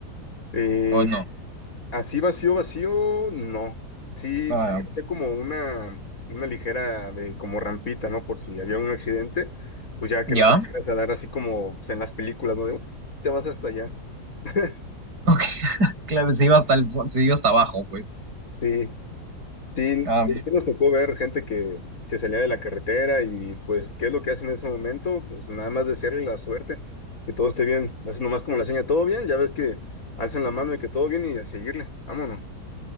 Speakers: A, on the left (about 55°); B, on the right (about 70°).
A: Eh,
B: ¿o no?
A: así vacío, vacío, no. Sí,
B: Ah,
A: sí,
B: ok.
A: había como una, una ligera, de, como rampita, ¿no? Por si había un accidente, pues ya
B: ¿Ya?
A: que no vas a dar así como pues, en las películas, ¿no? De, "Uy, te vas hasta allá. <laughs>
B: Ok, <laughs> claro, se iba hasta el, fo- se iba hasta abajo, pues.
A: Sí. Sí,
B: Ah,
A: sí nos tocó ver gente que, que salía de la carretera y pues, ¿qué es lo que hacen en ese momento? Pues nada más desearle la suerte, que todo esté bien. Hacen nomás como la seña, todo bien, ya ves que alzan la mano y que todo bien y a seguirle, vámonos.